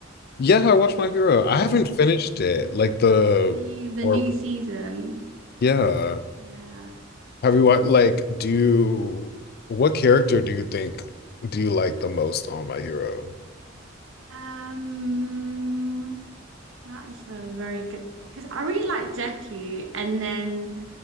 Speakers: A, on the left; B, on the right.
A: Yeah, I watched My Hero.
B: Yes.
A: I haven't finished it. Like the
B: Same, the
A: or
B: new season.
A: yeah.
B: Yeah.
A: Have you watched like do you, what character do you think do you like the most on My Hero?
B: Um, that's a very good because I really like Deku, and then